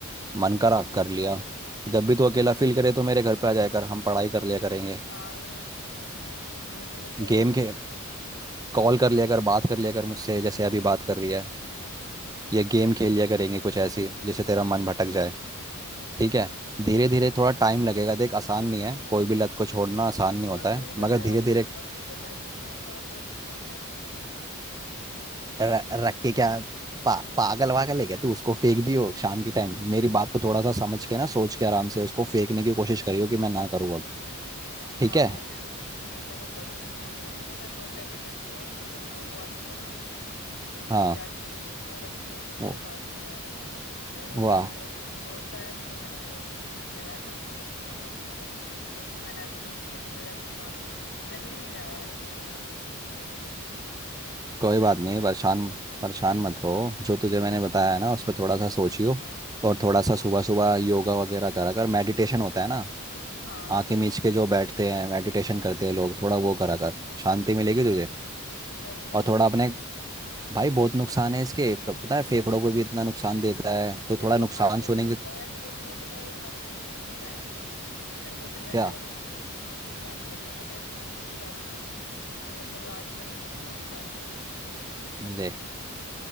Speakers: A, on the left; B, on the right.
A: हम्म
B: मन करा कर लिया तो जब भी तू अकेला फील करे तो मेरे घर पे आ जाया कर हम पढ़ाई कर लिया करेंगे
A: हाँ ये ठीक है ये तूने सही
B: गेम
A: बोला
B: खे कॉल कर लिया कर बात कर लिया कर मुझसे जैसे अभी बात कर रही है या गेम खेल लिया करेंगे कुछ ऐसी जिससे तेरा मन भटक जाए ठीक है धीरे धीरे
A: ठीक
B: थोड़ा टाइम लगेगा देख आसान नहीं है कोई भी लत को छोड़ना आसान नहीं होता
A: अभी
B: है
A: भी पता
B: मगर
A: है
B: धीरे
A: अभी
B: धीरे
A: अभी भी पता है तुझे मेरे पास रखी हुई है अभी
B: र- रख के क्या पा, पागल वागल है क्या तू उसको फेंक दियो शाम के टाइम मेरी बात को थोड़ा सा समझ के ना सोच के आराम से उसको फेंकने की कोशिश करियो कि मैं ना करूँ अब ठीक
A: हाँ
B: है
A: अभी भी मेरे ठीक है मैं करूंगी अभी भी पता है, दो पैकेट रखे हुए हैं पूरे दो वो आती है ना पूरी डिब्बी
B: हाँ
A: आती है जो वो रखी हुई है मेरे
B: वो-
A: पास में यार अभी अभी वो
B: वाह
A: थोड़ी देर दोस्त आया था तो मैंने वो भी कह रहा नहीं दे मुझे मेरे साथ तो उसने मैंने अभी भी किए तो मेरा अब दिमाग ही नहीं मतलब चल ही नहीं रहा यार इतनी लत लग चुकी है मुझे
B: कोई
A: तो इसको
B: बात नहीं परेशान परेशान मत हो जो तुझे मैंने बताया है ना उस पर थोड़ा सा सोचियो और थोड़ा सा सुबह सुबह योगा वगैरह करा कर मेडिटेशन होता है ना
A: हाँ
B: आंखें मीच के जो बैठते हैं मेडिटेशन करते हैं लोग थोड़ा वो करा कर शांति मिलेगी तुझे
A: चल करूंगी
B: और थोड़ा अपने भाई बहुत नुकसान है इसके फ- पता है फेफड़ों को भी इतना नुकसान देता है तो
A: मेरे
B: थोड़ा
A: को
B: नुकसान
A: खांसी
B: सुनेंगे
A: भी आने
B: तो
A: लगा यार तुझे तुझे पता है एक बात तो मैंने तेरे को बताई ही नहीं है मेरे को इतना
B: क्या
A: टाइम हो गया मेरे को खांसी भी आने लगी है पता है इतनी खांसी आती है कि मतलब रात में भी मैं सो नहीं पाती हूँ
B: ले